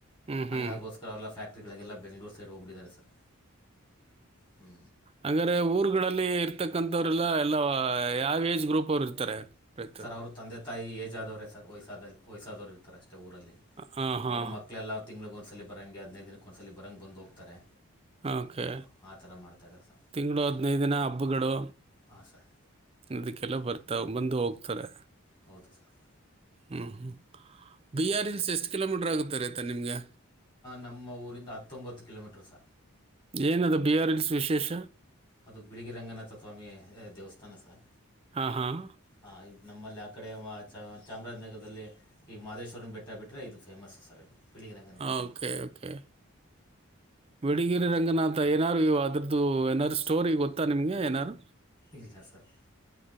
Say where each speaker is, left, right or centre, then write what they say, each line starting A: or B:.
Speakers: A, on the right; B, on the left.
A: ಹ್ಞೂ ಹ್ಞೂ
B: ಅಂಗ ಗೋಸ್ಕರ ಎಲ್ಲ ಫ್ಯಾಕ್ಟ್. ರಿಗಳಿಗೆೆಲ್ಲ ಬೆಂ್ಗಳೂರು ಸೈಡ್ ಹೋಗ್ಬಿಟ್ಟಿದ್ದಾರೆ ಸರ್ ಹ್ಞೂ.
A: ಹಂಗ್ರೆ ಊರ್ಗಳಲ್ಲಿ ಇರ್ತಕ್ಕಂಥವ್ರಲ್ಲ ಎಲ್ಲ ಯಾವ ಏಜ್ ಗ್ರೂಪ್ ಅವರು ಇರ್ತಾರೆ. ರೈತರು
B: ಸರ್ ಅವರು ತಂದೆ ತಾಯಿ ಏಜ್ ಆದವ್ರೇ ಸರ್ ವಯಸ್ಸಾದಲ್ಲಿ ವಯಸ್ಸಾದವರುರ್ತಾರೆಷ್ಟೆ. ಅಷ್ಟೇ ಊರಲ್ಲಿ
A: ಹಾಂ ಹಾಂ
B: ಅವರು ಮಕ್ಕಳೆಲ್ಲ ತಿಂಗಳಿಗೆ ಒಂದ್ಸಲ ಬರಂಗೆ ಹದಿನೈದು ದಿನಕ್ಕೆ ಒಂದ್ಸಲ ಬರಂಗೆ ಬಂದು ಹೋಗ್ತಾರೆ.
A: ಹಾಂ ಓಕೆ
B: ಹ್ಮ್, ಆ ಥರ ಮಾಡ್ತಾಯಿದ್ದಾರೆ ಸರ್
A: ತಿಂಗಳು ಹದಿನೈದು ದಿನ ಹಬ್ಬಗಳು.
B: ಹಾಂ ಸರ್
A: ಅದಕ್ಕೆಲ್ಲ ಬರ್ತಾ ಬಂದು ಹೋಗ್ತಾರೆ.
B: ಹೌದು ಸರ್ <inaudible>
A: ಹ್ಞೂ ಹ್ಞೂ ಬಿಹಾರಿಲ್ಸ್ ಎಷ್ಟು ಕಿಲೋಮೀಟ್ರ ಆಗುತ್ತೆ ರಯತಾ ನಿಮ್ಗೆ.
B: ನಮ್ಮ ಊರಿಂದ ಹತ್ತೊಂಬತ್ತು ಕಿಲೋಮೀಟರ್ ಸ.
A: ಏನ ಅದು ಬಿ ಆರ್ ಇಲ್ಸ್ ವಿಶೇಷ.
B: ಅದು ಬಿಳಿಗಿ ರಂಗನಾಥ ಸ್ವಾಮಿ ಆ, ದೇವಸ್ಥಾನ ಸರ್
A: ಹಾಂ ಹಾಂ
B: ಹ ಇದು ನಮ್ಮಲ್ಲಿ. ಕಡೆ ಮಾ ಚ ಚಾಮರಾಜನಗರದಲ್ಲಿ ಈ ಮಹದೇಶ್ವರನ ಬೆಟ್ಟ ಬಿಟ್ಟರೆ ಇದು ಫೇಮಸ್ಸು ಸರ್ ಇದು. ಬಿಳಿಗಿ ರಂಗನ
A: ಹ
B: ಬೆಟ್ಟ
A: ಓಕೆ ಓಕೆ ಬಿಳಿಗಿರಿ ರಂಗನಾಥ ಏನಾರು ಇವ ಅದ್ರದ್ದು ಏನಾದಾರು ಸ್ಟೋರಿ ಗೊತ್ತಾ ನಿಮ್ಗೆ ಏನಾರು
B: ಇಂಗಲಾಸದ <inaudible>